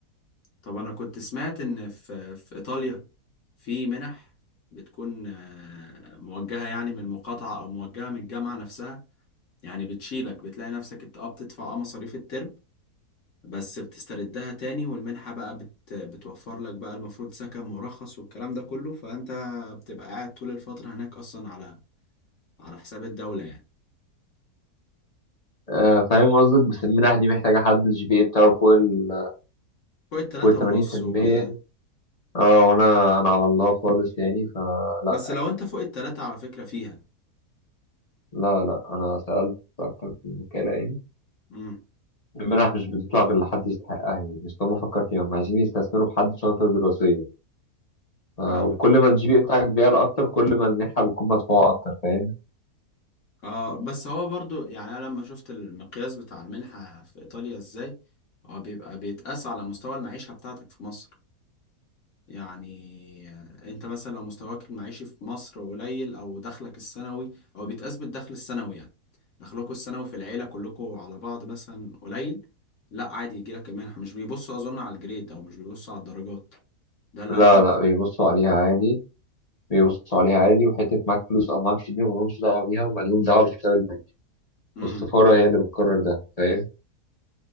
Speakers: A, on the left; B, on the left.
A: طب أنا كنت سمعت إن في في إيطاليا في منح بتكون آه، موجهة يعني من المقاطعة أو موجهة من الجامعة نفسها يعني بتشيلك بتلاقي نفسك أنت أه بتدفع أه مصاريف الترم بس بتستردها تاني والمنحة بقى بت... بتوفر لك بقى المفروض سكن مرخص والكلام ده كله فأنت بتبقى قاعد طول الفترة هناك أصلا على على حساب الدولة يعني
B: آه، فاهم قصدك بس المنح دي محتاجة حد الجي بي اي بتاعه فوق ال
A: فوق التلاتة
B: فوق ال 80%
A: ونص وكده
B: اه وانا انا على الله خالص يعني فلا
A: بس لو أنت فوق التلاتة على فكرة فيها
B: لا لا انا سألت أكتر من وكالة يعني
A: امم
B: المنح مش بتطلع غير لحد يستحقها يعني مش هم فكر فيها هم عايزين يستثمروا في حد شاطر دراسيا ف- وكل
A: فاهمك فاهم
B: ما الجي بي اي بتاعك بيعلى أكتر كل ما المنحة بتكون مدفوعة أكتر فاهم
A: اه بس هو برضو يعني أنا لما شفت المقياس بتاع المنحة في إيطاليا إزاي هو بيبقى بيتقاس على مستوى المعيشة بتاعتك في مصر يعني انت مثلا لو مستواك المعيشي في مصر قليل او دخلك السنوي او بيتقاس بالدخل السنوي يعني دخلكوا السنوي في العيلة كلكم على بعض مثلا قليل لا عادي يجيلك المنحة مش بيبصوا اظن على الجريد او مش بيبصوا على الدرجات ده اللي
B: لا
A: انا عارفه
B: لا بيبصوا عليها عادي بيبصوا عليها عادي وحتة معاك فلوس أو معاكش دي ملهمش دعوة بيها وماليهم دعوة بالحساب البنكي
A: امم
B: والسفارة هي اللي بتقرر ده فاهم